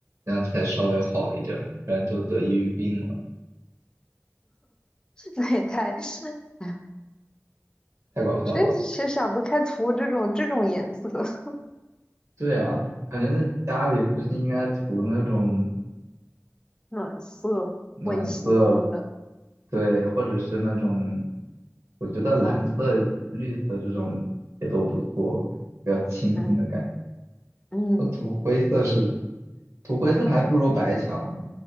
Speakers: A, on the right; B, on the left.
A: 这样才稍微好一点儿，不然都得抑郁病了，
B: 那也太……哎呀，
A: 太搞笑了。
B: 真是想不开涂这种这种颜色。<laughs>
A: 对啊，感觉在家里不是应该涂那种。
B: 暖色温馨的，
A: 暖色，对，或者是那种，我觉得蓝色、绿色这种也都不错，比较清新的感觉。
B: 嗯嗯
A: 那土灰色是，涂灰色还不如白墙呢。